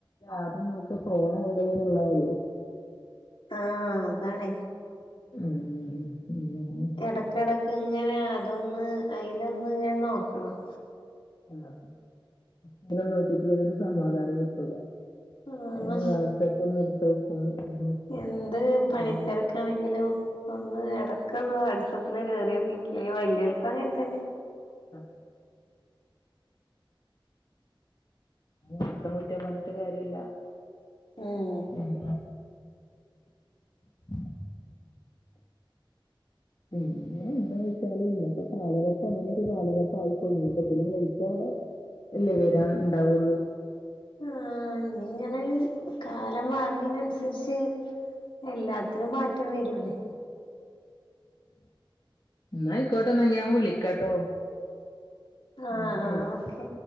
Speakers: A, on the left; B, on the left.
A: ആദ്യം നോക്ക ഫോൺ എവിടെേന്ന് ഇള്ളതല്ലേ
B: ആഹ് അതാണെ.
A: ഉം ഉം, ഉം വേറെ
B: എടെക്കെടെക്ക് ഇങ്ങനെ അതൊന്ന് അയ്ലൊന്ന് ഇങ്ങനെ നോക്കണം.
A: എന്താ ഇതിനെ നോക്കിട്ടില്ലങ്കി ഒര് സമാധാനം കിട്ടൂല.
B: ആഹ്
A: അതിന് വാട്സആപ്പ് ഒന്ന് എടുത്ത് നോക്കും. ഉം
B: എന്ത് പണി
A: ആഹ് അത്
B: തെര്ക്കാണെങ്കിലും ഇപ്പൊന്ന് എടെക്കൊന്ന് വാട്സപ്പില് കേറിയോക്കിട്ടില്ലെങ്കില് വല്ലിയോൽക്കും അങ്ങൻതന്നെ.
A: അഹ് മാത്രം കുറ്റം പർഞ്ഞിട്ട് കാര്യല്ല.
B: ഏഹ്
A: ഞമ്മളെ <unintelligible> പിന്നെ എന്തായ്ച്ചാല് ഇന്നത്തെ കാലഘട്ടം അങ്ങനെ ഒരു കാലഘട്ട ആയിപ്പോയി ഇപ്പൊ ഇതിലും വെൽത് എല്ലേ വെരാൻ ഇണ്ടാവൊള്ളു.
B: ആഹ് ഇങ്ങെനെ കാലം മാർണീന് അൻസര്ച്ച് എല്ലാത്തിലും മാറ്റം വെരൂലെ?
A: ന്നയിക്കോട്ടെ ന്നാ ഞാൻ വിളിക്കാട്ടോ?
B: ആഹ്
A: ഉം ശരി.
B: ആഹ് ഓക്കെ.